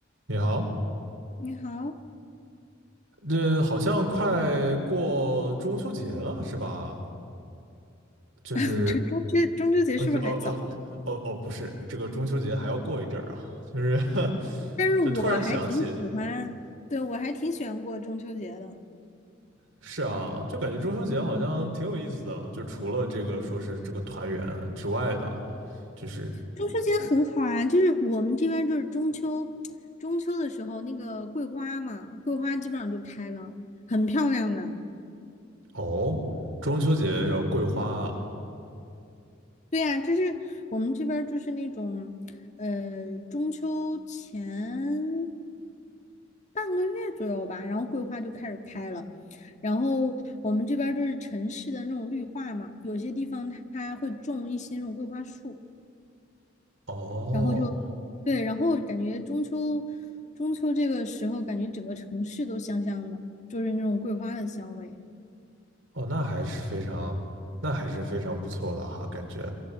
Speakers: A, on the right; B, on the left.
A: 你好，
B: 你好，
A: 这好像快过中秋节了，是吧？就是
B: <laughs> 这中秋中秋节是不是还早啊？
A: 啊，这哦哦哦哦，不是，这个中秋节还要过一阵儿啊，就是 <laughs>
B: 但是我还挺喜欢，
A: 就突然想起，
B: 对，我还挺喜欢过中秋节的。
A: 是啊，就感觉中秋节好像挺有意思的，
B: 嗯，
A: 就除了这个说是这个团圆之外的，就是
B: 中秋节很好啊，就是我们这边就是中秋，中秋的时候那个桂花嘛，桂花基本上就开了，很漂亮的。
A: 哦，中秋节有桂花啊，
B: 对呀，就是我们这边儿就是那种，呃，中秋前半个月左右吧，然后桂花就开始开了。然后我们这边儿就是城市的那种绿化嘛，有些地方它会种一些那种桂花树，
A: 哦
B: 然后就对，然后感觉中秋中秋这个时候，感觉整个城市都香香的，就是那种桂花的香味。
A: 哦，那还是非常，那还是非常不错的哈，感觉